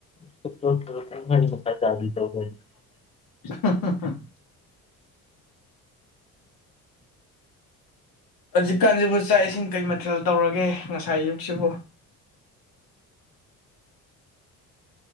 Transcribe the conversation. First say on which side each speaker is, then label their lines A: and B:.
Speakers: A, on the left; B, on the left.
A: ꯇꯥꯍꯧꯗ꯭ꯔꯦ ꯄꯨꯡ ꯑꯅꯤ ꯃꯈꯥꯏ ꯇꯥꯗꯣꯏ ꯇꯧꯗꯣꯏꯅꯦ
B: <unintelligible> ꯍꯧꯖꯤꯛꯀꯥꯟꯁꯤꯕꯨ ꯆꯥꯛ ꯏꯁꯤꯡ ꯀꯩ ꯃꯊꯦꯜ ꯇꯧꯔꯒꯦ ꯉꯁꯥꯏ ꯑꯌꯨꯛꯁꯤꯕꯨ